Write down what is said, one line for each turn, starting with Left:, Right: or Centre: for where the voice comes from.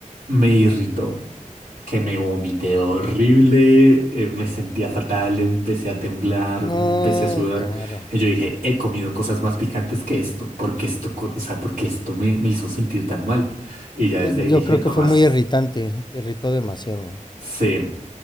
Right: me irritó, que me vomité horrible, eh, me sentía fatal, empecé a temblar,
Left: No,
Right: empecé a sudar.
Left: cara.
Right: Y yo dije, he comido cosas más picantes que esto, porque esto, co- o sea, porque esto me, me hizo sentir tan mal. Y ya desde
Left: Eh,
Right: ahí dije,
Left: yo creo
Right: no
Left: que fue
Right: más.
Left: muy irritante, te irritó demasiado.
Right: Sí.